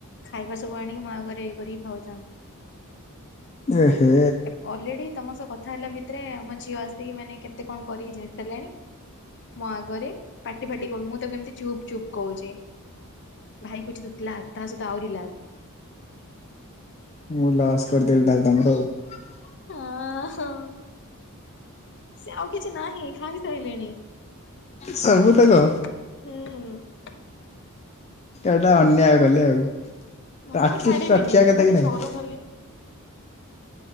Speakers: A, on the left; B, on the left.
A: ଏଗୁରା ସବୁ ଆଣିକି ମା ଘରେ ଇଏ କରିକି ଖାଉଚ
B: ଏ ହେ
A: ଏପ୍ ଅଲରେଡି ତମ ସହ କଥା ହେଲା ଭିତରେ ଆମ ଝିଅ ଆସିକି ମାନେ କେତେ କଣ କରିକି ଯାଇସାରିଲାଣି। ମୋ ଆଗରେ ପାଟି ଫାଟି କ ମୁଁ ତାକୁ ଏମିତି ଚୁପ୍ ଚୁପ୍ କହୁଚି। ଭାଇ କହୁଚି ଦୁତିଲା ତାହା ସହିତ ଆହୁରିିଲା।
B: ମୁଁ ଲସ୍ କରିଦେଲ ତାହେଲେ ତମର ଆଉ।
A: ଅ ହଁ ସେ ଆଉ କିଛି ନାହିଁ ଖାଇସାଇଲେଣି।
B: ସବୁତକ।
A: ହୁଁ?
B: ଏଟା ଗୋଟେ ଅନ୍ୟାୟ କଲେ ଆଉ
A: ମୁଁ
B: ଆଟଲିଷ୍ଟ
A: ଛାଡିବିନି
B: ରଖିଆ
A: ମୁଁ
B: କଥା
A: ଖାଲି
B: କି ନାହିଁ?
A: ସରୁ ଖାଲି